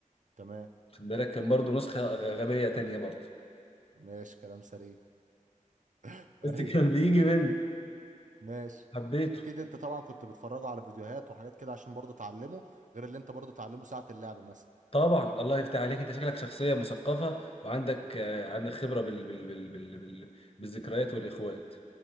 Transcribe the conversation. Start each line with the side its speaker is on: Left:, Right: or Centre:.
Right: تمام
Left: خد بالك كان برضه نسخة غ- غبية تانية برضه
Right: ماشي كلام سليم <laughs>
Left: بس
Right: ايوه
Left: كان بيجي منه
Right: ماشي
Left: حبيته
Right: اكيد انت طبعا كنت بتفرجوا على فيديوهات وحاجات كده عشان برضو تعلمه غير اللي انت برضو تعلمه ساعة اللعب مثلا
Left: طبعا الله يفتح عليك انت شكلك شخصية مثقفة وعندك
Right: مم.
Left: آه، عندك خبرة بال... بال... بال... بال... بال... بالذكريات والاخوات